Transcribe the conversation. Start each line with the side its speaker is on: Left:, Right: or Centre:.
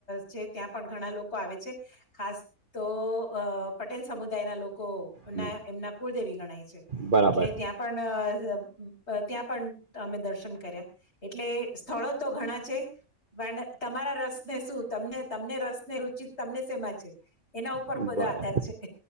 Left: છે. ત્યાં પણ ઘણા લોકો આવે છે. ખાસ તો અ પટેલ સમુદાયના લોકો
Right: હમ,
Left: ના એમના કુળદેવી ગણાય છે.
Right: બરાબર
Left: એટલે ત્યાં પણ અ ત્યાં પણ અમે દર્શન કર્યા એટલે સ્થળો તો ઘણા છે. પણ તમારા રસ ને શું તમને તમને રસ ને રુચિ તમને શેમાં છે? એના ઉપર
Right: બરાબર
Left: બધો આધાર છે.